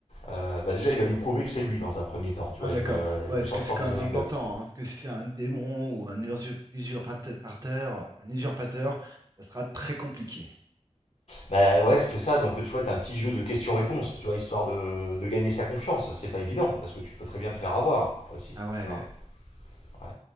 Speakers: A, on the left; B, on the right.
A: euh, bah déjà, il va lui prouver que c'est lui dans un premier temps, tu
B: Ah
A: vois,
B: d'accord.
A: il va
B: Ouais,
A: lui
B: est-ce
A: sortir
B: que c'est quand
A: des
B: même
A: anecdotes.
B: important? hein, Est-ce que si c'est un démon ou un usurp- usurpateur, un usurpateur, ça sera très compliqué.
A: Bah ouais, c'est ça, donc tu vois, t'as un petit jeu de questions-réponses, tu vois, histoire de, de gagner sa confiance, c'est pas évident, parce que tu peux très bien te faire avoir, aussi,
B: Ah ouais.
A: tu vois. Ouais.